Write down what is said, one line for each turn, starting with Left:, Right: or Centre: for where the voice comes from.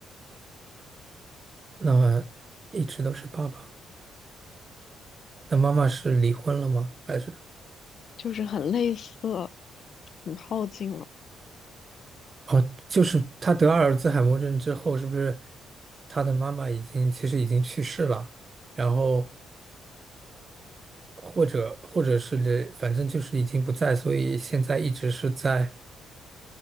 Right: 那一直都是爸爸。那妈妈是离婚了吗？还是
Left: 就是很类似，很靠近了。
Right: 哦，就是他得阿尔兹海默症之后，是不是他的妈妈已经其实已经去世了？然后或者或者是反正就是已经不在，所以现在一直是在